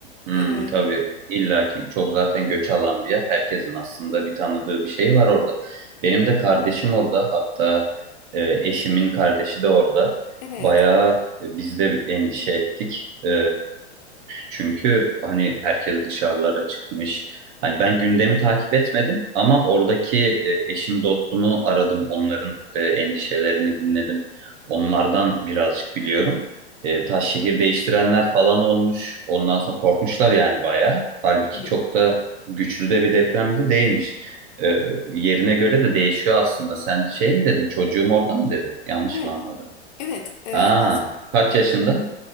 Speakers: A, on the right; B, on the left.
A: hmm,
B: E,
A: tabii illa ki çok zaten göç alan bir yer. Herkesin aslında bir tanıdığı bir şey var orada. Benim de kardeşim orada hatta e, eşimin kardeşi de orada.
B: evet,
A: Bayağı e, biz de endişe ettik. E, çünkü hani herkes dışarılara çıkmış. Hani ben gündemi takip etmedim ama oradaki e, eşim dostumu aradım. Onların e, endişelerini dinledim. Onlardan birazcık biliyorum. E, taş şehir değiştirenler falan olmuş. Ondan sonra korkmuşlar yani bayağı. Halbuki
B: tabii.
A: çok da güçlü de bir deprem de değilmiş. E, yerine göre de değişiyor aslında. Sen şey mi dedin? Çocuğum orada mı dedin? Yanlış
B: Evet,
A: mı anladım?
B: evet. E,
A: Ha,
B: as-
A: kaç yaşında?